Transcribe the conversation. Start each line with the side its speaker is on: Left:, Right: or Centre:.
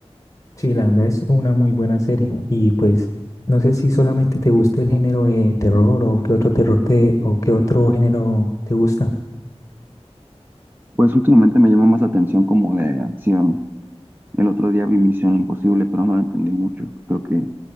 Left: Sí, la verdad es una muy buena serie y pues no sé si solamente te gusta el género de terror o qué otro terror te o qué otro género te gusta.
Right: Pues últimamente me llama más la atención como de acción. El otro día vi Misión Imposible, pero no la entendí mucho. Creo que